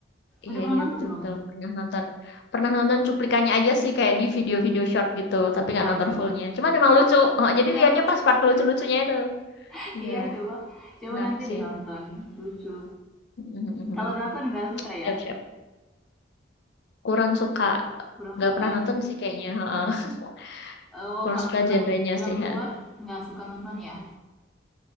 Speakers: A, on the left; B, in the centre.
A: iya
B: Udah pernah
A: iya
B: nonton
A: betul
B: belum?
A: betul pernah nonton, pernah nonton cuplikannya aja sih kayak di video-video short gitu, tapi
B: Wah,
A: nggak nonton
B: coba.
A: fullnya. Cuman emang lucu, oh, jadi
B: Iya,
A: lihatnya
B: lucu.
A: pas part lucu-lucunya itu.
B: <laughs>
A: Iya,
B: Iya, coba. Coba
A: menarik
B: nanti
A: sih.
B: dinonton. Lucu.
A: <laughs> Mhm.
B: Kalau drakor nggak suka ya?
A: Siap siap. Kurang suka,
B: Kurang
A: nggak
B: suka.
A: pernah nonton sih kayaknya. heeh. <laughs>
B: Oh,
A: Kurang
B: kalau
A: suka
B: film,
A: genrenya
B: film
A: sih.
B: luar
A: ha.
B: nggak suka nonton ya?